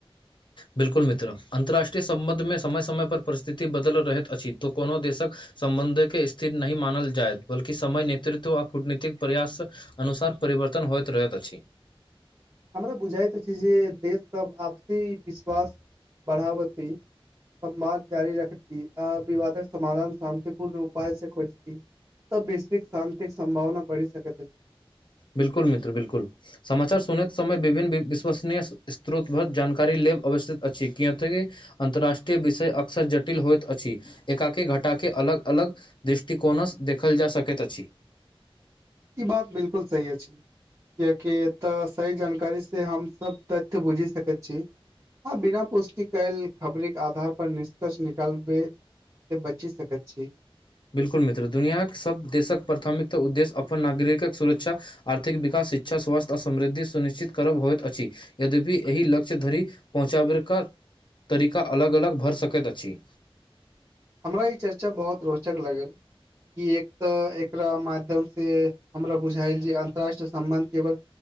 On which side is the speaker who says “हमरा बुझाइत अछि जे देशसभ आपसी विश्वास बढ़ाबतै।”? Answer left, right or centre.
Right